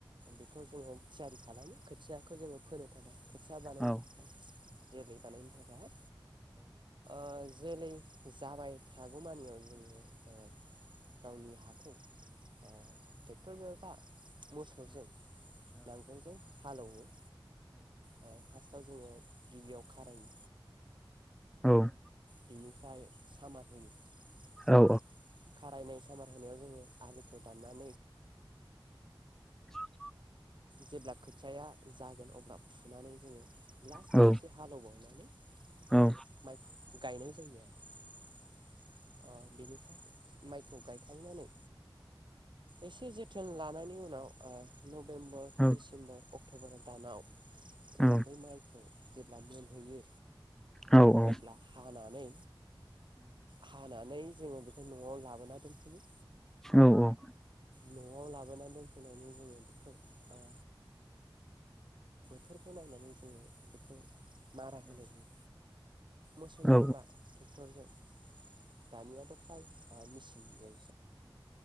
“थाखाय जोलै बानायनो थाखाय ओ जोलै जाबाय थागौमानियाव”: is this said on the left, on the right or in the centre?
Right